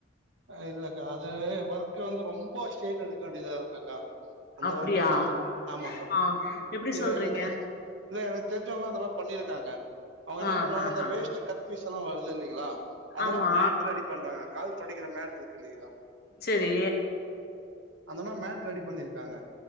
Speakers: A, on the right (about 80°); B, on the left (about 50°).
A: ஆ இல்ல அக்கா அது ஒர்க்க வந்து ரொம்ப ஸ்ட்ரெயின் எடுக்க வேண்டியதா இருக்கு அக்கா அந்த
B: அப்டியா
A: ஓர்க்கு வந்து ஆமாக்கா
B: ஆ எப்டி
A: எதோ
B: சொல்றீங்க
A: எனக்கு தெ இல்ல எனக்கு தெரிஞ்சவங்க அந்த மாரி பண்ணிருக்காங்க அவுங்க என்ன
B: ஆ
A: பண்ணுவாங்க
B: ஆ
A: அந்த
B: ஆ
A: வேஸ்ட் கட் பீஸ்ஸெல்லா வருது இல்லிங்க்ளா அதெல்லா
B: ஆமா
A: மேட் ரெடி பண்றாங்க கால் தொடைக்கிற மேட் இருக்கு இல்லிங்களா
B: சேரி
A: அந்த மாரி மேட் ரெடி பண்ணிருக்காங்க